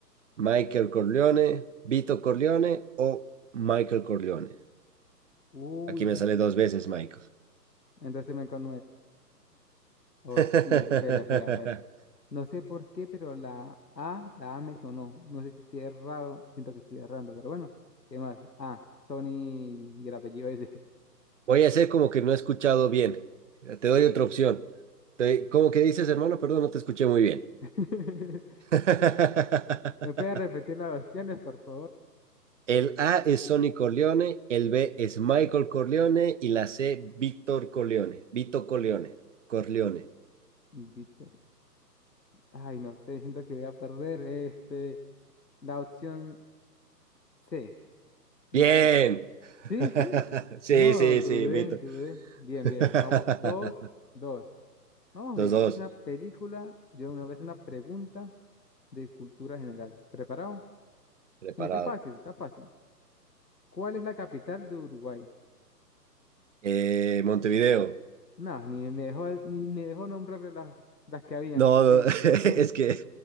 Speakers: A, on the right; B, on the left.
A: Michael Corleone, Vito Corleone o Michael Corleone?
B: Uy,
A: Aquí me sale
B: sí.
A: dos veces Michael.
B: Entonces me no Oh,
A: <laughs>
B: sí, espera, espera, espera. No sé por qué, pero la A, la A me sonó. No sé si estoy errado, siento que estoy errando, pero bueno, ¿qué más? Ah, Sony y el apellido ese.
A: Voy a hacer como que no he escuchado bien. Te doy otra opción. Te- ¿Cómo que dices, hermano? Perdón, no te escuché muy bien.
B: <laughs>
A: <laughs>
B: ¿Me puedes repetir las opciones, por favor?
A: El A es Sonny Corleone, el B es Michael Corleone y la C, Víctor Corleone. Vito Corleone. Corleone.
B: Víctor. Ay, no sé, siento que voy a perder. Este, la opción C, Víctor.
A: Bien.
B: Sí,
A: <laughs>
B: sí.
A: Sí,
B: No,
A: sí,
B: dudé,
A: sí, Vito.
B: dudé. Bien,
A: <laughs>
B: bien. Vamos, dos, dos. Vamos
A: Los
B: bien.
A: dos,
B: Voy a hacer una película. Yo una vez una pregunta. de cultura general. ¿Preparado?
A: preparado.
B: Y Está fácil, está fácil. ¿Cuál es la capital de Uruguay?
A: Eh, Montevideo.
B: No, ni me dejó, ni me dejó nombrar las, las que habían.
A: No,
B: Sí.
A: <laughs>
B: <laughs>
A: es que